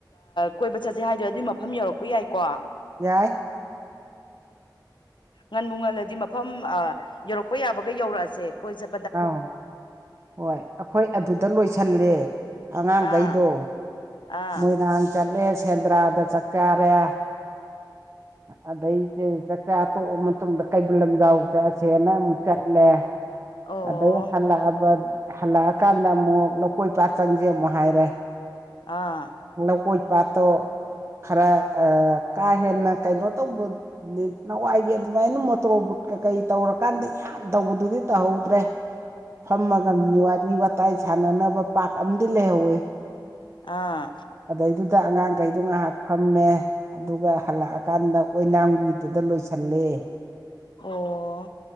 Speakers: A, on the left (about 85°); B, on the right (about 35°).
A: ꯀꯣꯏꯕ ꯆꯠꯁꯦ ꯍꯥꯏꯗꯣ ꯑꯗꯨꯏ ꯃꯐꯝ ꯌꯧꯔꯛꯄ ꯌꯥꯏꯀꯣ
B: ꯌꯥꯏ
A: ꯉꯟꯕꯨ ꯉꯜꯂꯗꯤ ꯃꯐꯝ ꯌꯧꯔꯛꯄ ꯌꯥꯕꯒ ꯌꯧꯔꯛꯑꯁꯦ ꯀꯣꯏ ꯆ
B: ꯑꯥꯎ ꯍꯣꯏ ꯑꯩꯈꯣꯏ ꯑꯗꯨꯗ ꯂꯣꯏꯁꯜꯂꯦ ꯑꯉꯥꯡꯈꯩꯗꯣ
A: ꯑꯥ ꯑꯥ
B: ꯃꯣꯏꯔꯥꯡ ꯆꯠꯂꯦ ꯁꯦꯟꯗ꯭ꯔꯥꯗ ꯆꯥꯛꯆꯥꯥꯔꯦ ꯑꯗꯩꯗꯤꯦ ꯆꯥꯛꯆꯥ ꯑꯇꯣꯛꯑ ꯃꯇꯨꯡꯗ ꯀꯩꯕꯨꯜ ꯂꯝꯖꯥꯎ ꯆꯠꯂꯁꯦꯅ ꯑꯃꯨꯛ ꯆꯠꯂꯦ
A: ꯑꯣ
B: ꯑꯗꯩ ꯍꯜꯂꯛꯑꯕ ꯍꯜꯂꯛꯑꯀꯥꯟꯗ ꯑꯃꯨꯛ ꯂꯧꯀꯣꯏ ꯄꯥꯠ ꯆꯪꯁꯦ ꯑꯃꯨꯛ ꯍꯥꯏꯔꯦ
A: ꯑꯥ
B: ꯂꯧ ꯀꯣꯏ ꯄꯥꯠꯇꯣ ꯈꯔ ꯀꯥ ꯍꯦꯟꯅ ꯀꯩꯅꯣ ꯇꯧꯕ ꯅꯋꯥꯏꯒꯦ ꯑꯗꯨꯃꯥꯏꯅ ꯃꯣꯇꯣꯔ ꯕꯨꯠꯀ ꯀꯩ ꯇꯧꯔꯀꯥꯟꯗ ꯌꯥꯝ ꯇꯧꯕꯗꯨꯗꯤ ꯇꯧꯍꯧꯗ꯭ꯔꯦ
A: <inaudible>
B: ꯐꯝꯃꯒ ꯃꯤ ꯋꯥꯔꯤ ꯋꯥꯇꯥꯏ ꯁꯥꯟꯅꯅꯕ ꯄꯥꯛ ꯑꯃꯗꯤ ꯂꯩꯍꯧꯋꯦ
A: ꯑꯥ
B: ꯑꯗꯩꯗꯨꯗ ꯑꯉꯥꯡꯈꯩꯗꯣ ꯉꯥꯏꯍꯥꯛ ꯐꯝꯃꯦ ꯑꯗꯨꯒ ꯍꯜꯂꯛꯑꯀꯥꯟꯗ ꯑꯣꯏꯅꯥꯝꯕꯤꯗꯨꯗ ꯂꯣꯏꯁꯜꯂꯦ
A: ꯑꯣ